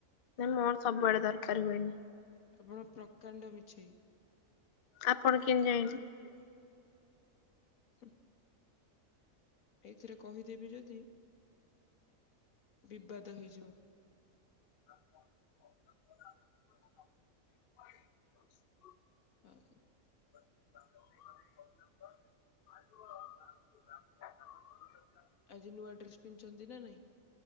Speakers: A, on the left; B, on the left.
A: ନା ମୋର ସବୁବେଳେ ଦରକାର ହୁଏନି
B: ଆପଣ ପ୍ରକାଣ୍ଡ ମିଛେଇ
A: ଆପଣ କେମିତି ଯାଣିଲେ
B: ହ ଏଇଥିରେ କହିଦେବି ଯଦି ବିବାଦ ହେଇଯିବ
A: <unintelligible>
B: ଆଉ
A: <unintelligible> <inaudible>
B: ଆଜି ନୂଆ ଡ୍ରେସ ପିନ୍ଧିଛନ୍ତି ନା ନାଇଁ